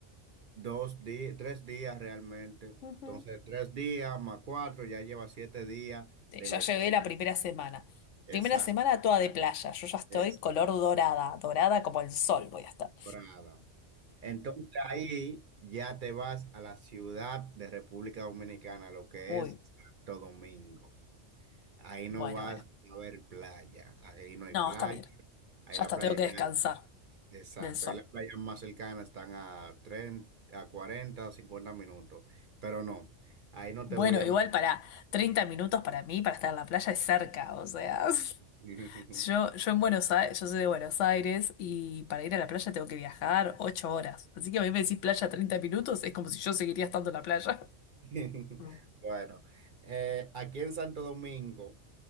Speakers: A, on the right; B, on the left.
A: dos días, tres días realmente.
B: Ujú.
A: Entonces tres días más cuatro, ya lleva siete días
B: Eh,
A: de
B: Ya
A: los...
B: llegué
A: veinte.
B: la primera semana.
A: Exacto,
B: Primera semana toda de playa. Yo ya estoy
A: exacto.
B: color dorada, dorada como el sol voy a estar.
A: Brava. Entonces ahí ya te vas a la ciudad de República Dominicana, lo que
B: Uy,
A: es Santo Domingo. Ahí
B: bueno,
A: no vas
B: bueno.
A: a ver playa, ahí no hay
B: No,
A: playa,
B: está bien.
A: ahí
B: Ya
A: la
B: está,
A: playa
B: tengo que
A: ya,
B: descansar
A: exacto,
B: del sol.
A: ahí las playas más cercanas están a 30, a 40, o 50 minutos, pero no, ahí no
B: Bueno,
A: te voy a
B: igual
A: mandar.
B: para treinta minutos para mí, para estar en la playa es cerca, o sea, <laughs>
A: <laughs>
B: yo, yo en Buenos Aires, yo soy de Buenos Aires y para ir a la playa tengo que viajar 8 horas. Así que a mí me decís playa 30 minutos, es como si yo seguiría estando en la playa.
A: <laughs>
B: Mm.
A: Bueno, eh, aquí en Santo Domingo